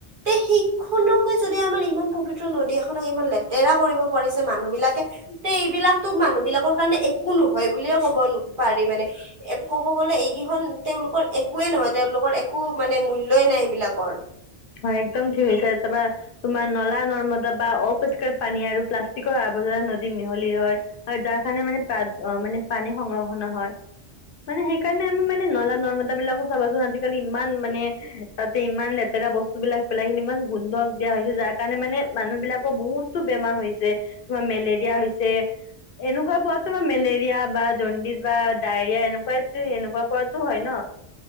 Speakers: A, on the right; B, on the left.
A: তে সেইখনকে যদি আমাৰ ইমান পবিত্ৰ নদী এখনক লেতেৰা কৰিব পাৰিছে মানুহ বিলাকে তেয়া এইবিলাক তো মানুহ বিলাকৰ কাৰণে একো নহয় বুলিয়ে ক'ব ন পাৰি মানে এ ক'ব গ'লে এইকেইখন তেওঁলোকৰ একোৱে নহয় তেওঁলোকৰ একো মূল্যয়ে নাই সেইবিলাকৰ
B: হয় এক্দম ঠিক হৈছে তাৰপা তোমাৰ নলা নৰ্মদা বা অপৰিষ্কাৰ পানী আৰু প্লাষ্টিকৰ জা নদী মিহলি হয় আৰু যাৰ কাৰণে মানে অ মানে পানী সংৰক্ষণ হয় মানে সেইকাৰণে আমি মানে নলা নৰ্মদা বিলাকো চাবাচোন আজিকালি ইমান মানে তাতে ইমান লেতেৰা বস্তু বস্তু বিলাক পেলাই সিনি ইমান গোন্ধক দিয়া হৈছে যাৰ কাৰণে মানে মানুহ বিলাকৰ বহুতো বেমাৰ হৈছে তোমাৰ মেলেৰিয়া হৈছে এনেকুৱা পতো বা মেলেৰিয়া বা জণ্ডিছ বা ডায়েৰিয়া এনেকুৱাই এনেকুৱা পৰাতো হয় ন